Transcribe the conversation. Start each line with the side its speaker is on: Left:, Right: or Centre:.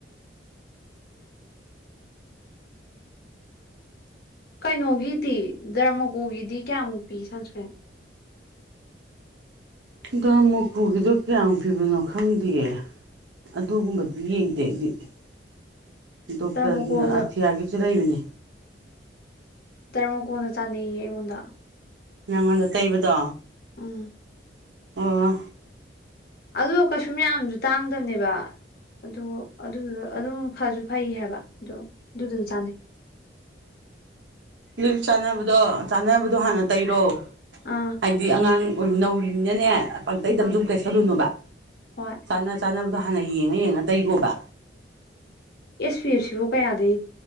Left: ꯀꯩꯅꯣꯒꯤꯗꯤ ꯗꯔꯃꯒꯣꯒꯤꯗꯤ ꯀꯌꯥꯃꯨꯛ ꯄꯤ ꯁꯪꯁꯀ꯭ꯔꯤꯟ
Right: ꯗꯔꯃꯨꯀꯨꯒꯤꯗꯣ ꯀꯌꯥꯝ ꯄꯤꯕꯅꯣ ꯈꯪꯗꯤꯌꯦ ꯑꯗꯨꯒꯨꯝꯕꯗꯨ ꯌꯦꯡꯗꯦ ꯑꯩꯗꯤ ꯗꯣꯛꯇꯔ
Left: ꯗꯔꯃꯀꯣꯒ
Right: ꯑꯥꯊꯤꯌꯥꯒꯤꯁꯨ ꯂꯩꯕꯅꯦ
Left: ꯗꯔꯃꯥꯀꯣꯅ ꯆꯥꯅꯩꯌꯦ ꯑꯩꯉꯣꯟꯗ
Right: ꯅꯉꯣꯟꯗ ꯇꯩꯕꯗꯣ
Left: ꯎꯝ
Right: ꯑꯣ
Left: ꯑꯗꯨꯗꯣ ꯀꯩꯁꯨ ꯃꯌꯥꯝꯁꯨ ꯇꯥꯡꯗꯝꯅꯦꯕ ꯑꯗꯣ ꯑꯗꯨꯗꯣ ꯑꯗꯨꯝ ꯐꯁꯨ ꯐꯩ ꯍꯥꯏꯕ ꯑꯗꯣ ꯑꯗꯨꯖꯨ ꯆꯥꯅꯩ
Right: ꯑꯗꯨꯗꯤ ꯆꯥꯅꯕꯗꯣ ꯆꯥꯅꯕꯗꯣ ꯍꯥꯟꯅ ꯇꯩꯔꯣ
Left: ꯑꯥ
Right: ꯍꯥꯏꯗꯤ ꯑꯉꯥꯡ ꯅꯧꯔꯤꯕꯅꯤꯅꯅꯦ ꯄꯪꯇꯩꯗ
Left: ꯑꯥ
Right: ꯁꯨꯝ ꯇꯩꯁꯜꯂꯨꯅꯨꯕ
Left: ꯍꯣꯏ
Right: ꯆꯥꯅ ꯆꯥꯅꯕꯗꯣ ꯍꯥꯟꯅ ꯌꯦꯡꯉ ꯌꯦꯡꯉ ꯇꯩꯒꯣꯕ
Left: ꯑꯦꯁ ꯄꯤ ꯑꯦꯐ ꯁꯤꯕꯨ ꯀꯌꯥꯗꯒꯤ